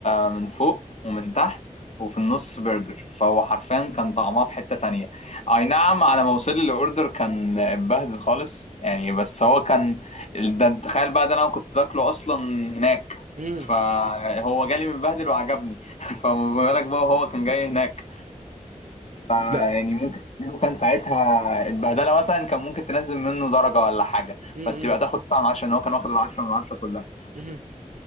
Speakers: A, on the left (about 55°); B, on the right (about 70°).
A: آه من فوق ومن تحت وفي النص برجر فهو حرفيا كان طعمها في حتة تانية أي نعم على ما وصل لي الأوردر كان اتبهدل خالص يعني بس هو كان ده انت تخيل بقى ده أنا كنت باكله أصلا هناك
B: مم.
A: فهو جالي متبهدل وعجبني <laughs> فما بالك بقى هو كان جاي هناك فيعني
B: لا
A: ممكن لو كان ساعتها البهدلة مثلا كان ممكن تنزل منه درجة ولا حاجة
B: مم.
A: بس يبقى تاخد طعم عشان هو كان واخد العشرة من عشرة كلها
B: مم.